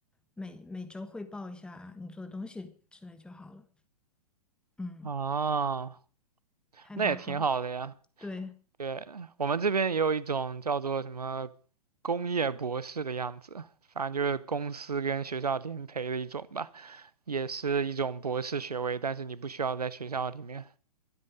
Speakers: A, in the centre; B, on the right.
A: 每每周汇报一下你做的东西之类就好了。嗯，
B: 啊，
A: 还蛮好，
B: 那也挺好的呀。
A: 对。
B: 对，我们这边也有一种叫做什么工业博士的样子，反正就是公司跟学校联培的一种吧。也是一种博士学位，但是你不需要在学校里面。